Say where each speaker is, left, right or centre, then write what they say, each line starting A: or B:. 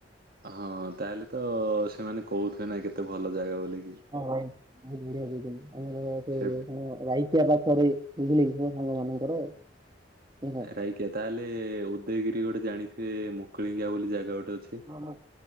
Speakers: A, on the right (about 55°); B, on the right (about 25°).
A: ହଁ ତାହେଲେ ତ ସେମାନେ କହୁଥିବେ ନାଇ କେତେ ଭଲ ଜାଗା ବୋଲି।
B: ହଁମାଇ <unintelligible> ବୁଝିଲେ
A: ସେ
B: କି ସାଙ୍ଗ ମାନଙ୍କର ସାଙ୍ଗଟା
A: ରାଇକିଆ ତାହେଲେ ଉଦୟଗିରି ଗୋଟେ ଜାଣିଥିବେ ମୁକୁଳିଙ୍ଗିଆ ବୋଲି ଜାଗା ଗୋଟେ ଅଛି।
B: ହଁ ମୁ